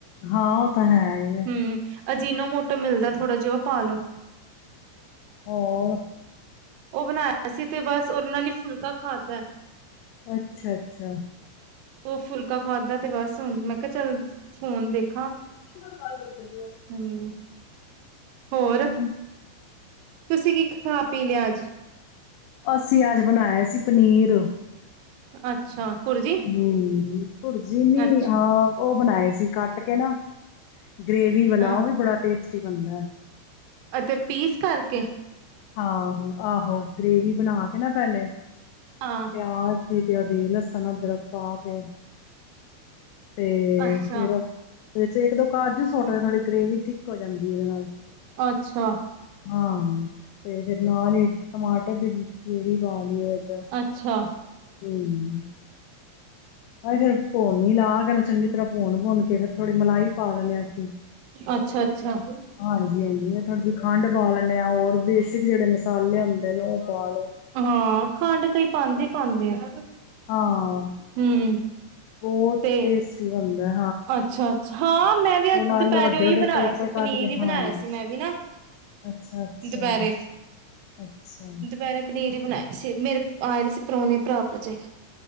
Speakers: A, on the left; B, on the right.
A: ਹਾਂ, ਉਹ ਤਾਂ ਹੈ ਹੀ ਐ।
B: ਹਮ ਅਜੀਨੋ ਮੋਟੋ ਮਿਲਦਾ, ਥੋੜ੍ਹਾ ਜਿਹਾ ਉਹ ਪਾ ਲਓ।
A: ਹੋਰ
B: ਉਹ ਬਣਾਇਆ ਸੀ ਤੇ ਬਸ, ਉਹਦੇ ਨਾਲ ਹੀ ਫੁਲਕਾ ਖਾਧੇ।
A: ਅੱਛਾ-ਅੱਛਾ।
B: ਉਹ ਫੁਲਕਾ ਖਾਧਾ ਤੇ ਬਸ ਹੁਣ, ਮੈਂ ਕਿਹਾ ਚੱਲ ਫੋਨ ਦੇਖ
A: <unintelligible> ਤੁਹਾਡੀ ਗੱਲ ਦੱਸਦੇ ਪਏ ਉਹ।
B: ਹੂੰ ਹੋਰ
A: ਹਮ
B: ਤੁਸੀਂ ਕੀ ਖਾ-ਪੀ ਲਿਆ, ਅੱਜ?
A: ਅੱਜ ਅਸੀਂ ਅੱਜ ਬਣਾਇਆ ਸੀ, ਪਨੀਰ। <unintelligible>
B: ਅੱਛਾ। ਪੁਰਜੀ
A: ਹੂੰ। ਭੁਰਜੀ ਨੀ
B: ਅੱਛਾ
A: ਆ ਉਹ ਬਣਾਏ ਸੀ ਕੱਟ ਕੇ ਨਾ ਗ੍ਰੇਵੀ ਵਾਲਾ
B: ਹਾਂ
A: ਉਹ ਵੀ ਬੜਾ ਟੇਸਟ ਟੇਸਟੀ ਬਣਦੈ
B: ਅਤੇ ਪੀਸ ਕਰ ਕੇ
A: ਹਾਂ, ਆਹੋ ਗਰੇੇਵੀ ਬਣਾ ਕੇ ਨਾ ਪਹਿਲੇ
B: ਹਾਂ
A: ਪਿਆਜ ਖਰੀਦੇ ਅੱਜ ਦੀ ਲਸਣ ਅਦਰਕ ਪਾ ਕੇ ਤੇ
B: ਅੱਛਾ
A: ਫੇਰ ਉਹਦੇ ਚ ਇੱਕ ਦੋ ਕਾਜੂ
B: ਹੂੰ,
A: ਸੁੱਟਦੇ ਥੋੜੀ ਗ੍ਰੇਵੀ ਤੀ ਹੋ ਜਾਂਦੀ ਏ ਉਹਦੇ ਨਾਲ
B: ਅੱਛਾ।
A: ਹਾਂ। ਤੇ ਫਿਰ ਨਾਲ ਹੀ ਟਮਾਟਰ ਦੀ ਪਿਊਰੀ ਪਾ ਲਈ ਉਹਦੇ ਚ
B: ਅੱਛਾ
A: ਹੂੰ ਆ ਫੇਰ ਭੁਨ ਹੀ ਲਾ ਕੇ ਚੰਗੀ ਤਰ੍ਹਾਂ ਭੁੰਨ ਭੁੰਨ ਕੇ ਫਿਰ ਥੋੜੀ ਮਲਾਈ ਪਾ ਲੈਨੇ ਆਂ ਅਸੀਂ
B: ਅੱਛਾ ਅੱਛਾ
A: ਹਾਂਜੀ ਹਾਂਜੀ ਇਹ ਥੋੜੀ ਜਿ ਖੰਡ ਪਾ ਲੈਂਣੇ ਹਾਂ ਔਰ ਬੇਸਿਕ ਜਿਹੜੇ ਮਸਾਲੇ ਹੁੰਦੇ ਨੇ ਉਹ ਪਾ ਲੈ
B: ਹਾਂ ਖੰਡ ਕਈ ਪਾਂਦੇ ਈ ਪਾਂਦੇ ਆ।
A: ਹਾਂ।
B: ਹੂੰ
A: ਬਹੁਤ
B: ਤੇ
A: ਟੇਸਟੀ ਬਣਦੈ।
B: ਅੱਛਾ, ਅੱਛਾ ਹਾਂ ਮੈਂ ਵੀ ਅੱਜ
A: ਨਾਲ
B: ਦੁਪਹਿਰੇ
A: ਵੱਡੇ-ਵੱਡੇ
B: ਓਹੀ ਬਣਾਇਆ
A: ਟੋਟੇ
B: ਸੀ, ਪਨੀਰ
A: ਕੱਟ ਕੇ
B: ਹੀ
A: ਹਾਂ
B: ਬਣਾਇਆ ਸੀ ਮੈਂ ਵੀ ਨਾ
A: ਅੱਛਾ-ਅੱਛਾ,
B: ਦੁਪਹਿਰੇ,
A: ਅੱਛਾ,
B: ਦੁਪਹਿਰੇ ਪਨੀਰ ਹੀ ਬਣਾਇਆ ਸੀ ਮੇਰੇ ਆਏ ਸੀ ਪ੍ਰਾਹੁਣੇ ਭਰਾ- ਭਰਜਾਈ